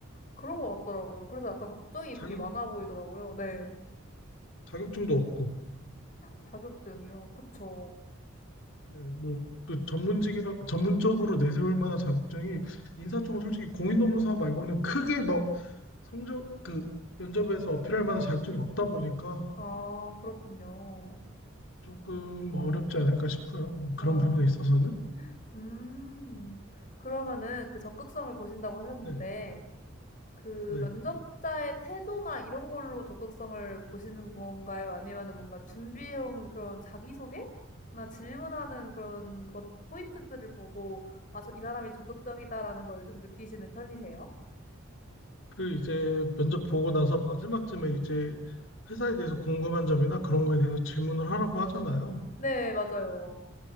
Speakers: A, on the left; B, on the left.
A: 그런 것 같더라고요. 그래서 약간 걱정이
B: 자격
A: 되게 많아 보이더라고요. 네.
B: 자격증도 없고
A: 자격증이요. 그쵸.
B: 네, 뭐그 전문직이라 전문적으로 내세울 만한 자격증이 인사 쪽은 솔직히 공인노무사 말고는 크게 막 성적 그 면접에서 어필할 만한 자격증이 없다 보니까
A: 아 그렇군요.
B: 조금 어렵지 않을까 싶어요. 그런
A: 아.
B: 부분에 있어서는.
A: 음. 그러면은 그 적극성을 보신다고 하셨는데
B: 네,
A: 그
B: 네.
A: 면접자의 태도나 이런 걸로 적극성을 보시는 건가요? 아니면은 뭔가 준비해 온 그런 자기소개나 질문하는 그런 것 포인트들을 보고 '아 저 이 사람이 적극적이다.'라는 걸 좀 느끼시는 편이세요?
B: 그 이제 면접 보고 나서 마지막쯤에 이제 회사에 대해서 궁금한 점이나 그런 거에 대해서 질문을 하라고 하잖아요.
A: 네 맞아요.